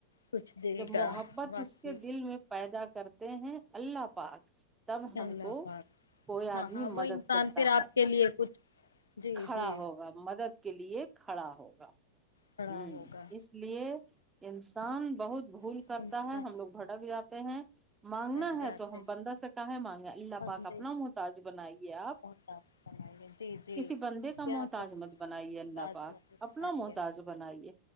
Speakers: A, on the left; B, on the right.
A: کچھ دے
B: جب
A: گا
B: محبت
A: باقی
B: اس کے دل میں پیدا کر <unintelligible> کرتے ہیں اللہ پاک تب ہم
A: اللہ
B: کو
A: پاک
B: کوئی آدمی
A: ہاں ہاں
B: مدد
A: وہ انسان
B: کرتا
A: پھر آپ
B: ہے
A: کے لیے کچھ جی
B: کھڑا
A: جی
B: ہوگا مدد کے لیے کھڑا ہوگا ہوں
A: کھڑا ہوگا
B: اس لیے انس کام بہت بھول
A: انسان
B: کرتا ہے ہم لوگ بھٹک جات بحث مانگنا
A: تھک جاتے
B: ہے تو ہم بندہ سے کہ ہے مانگے اللہ
A: بندے
B: پاک اپنا محتاج بنائیے آپ
A: بہت بنائی ہے جی جی
B: کسی بندے کا
A: کیا
B: محتاج مت بنائیے
A: بہت
B: اللہ پاک
A: لفظ
B: اپنا
A: بنائی
B: محتاج
A: ہے
B: بنائیے